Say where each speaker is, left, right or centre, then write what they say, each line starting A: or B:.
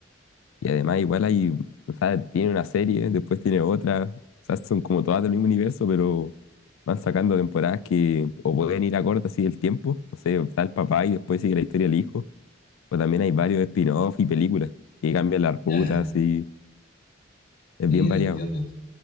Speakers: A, on the left (about 85°); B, on the left (about 45°).
A: Y además igual hay, o sea, tiene una serie, después tiene otra, o sea, son como todas del mismo universo, pero van sacando temporadas que o pueden ir acorde así el tiempo, no sé, está el papá y después sigue la historia del hijo, o también hay varios spin-off y películas que cambian las rutas
B: Ya,
A: y es
B: mira,
A: bien variado.
B: entiendo.